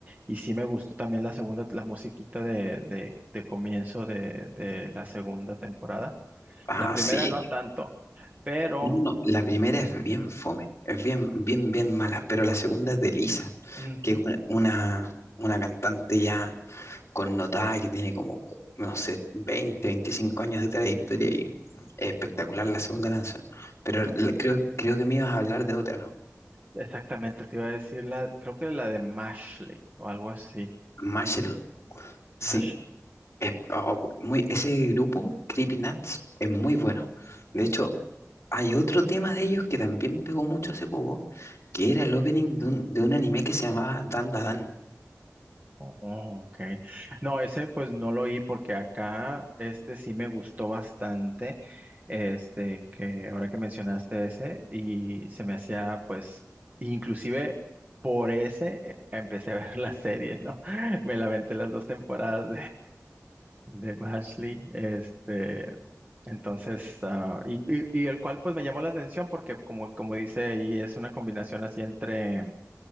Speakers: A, on the right; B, on the left.
A: y sí me gustó también la segunda, la musiquita de, de, de comienzo de, de la segunda temporada.
B: ah,
A: La primera
B: sí.
A: no tanto, pero...
B: No, no, no, la primera es bien fome, es bien, bien, bien mala, pero la segunda es de Lisa,
A: ujú,
B: que es una, una, una cantante ya connotada que tiene como, no sé, 20, 25 años de trayectoria y es espectacular la segunda canción. Pero
A: creo
B: la- creo, creo que me ibas a hablar de otra, ¿no?
A: Exactamente, te iba a decir la, creo que la de Mashley o algo así.
B: Marshall, sí,
A: Mashley.
B: es, oh, bu- muy, ese grupo, Creepy Nuts, es muy bueno. De hecho, hay otro tema de ellos que también pegó mucho hace poco, que era el opening de un, de un anime que se llamaba Dan Da Dan.
A: Oh, ok. No, ese pues no lo oí porque acá este sí me gustó bastante. Este que ahora que mencionaste ese y se me hacía pues inclusive por ese eh, empecé a ver <laughs> la serie, ¿no? <laughs> Me la aventé las dos temporadas de Mashley, este, entonces, ah, y, y- y el cual pues me llamó la atención porque como, como dice ahí, es una combinación así entre,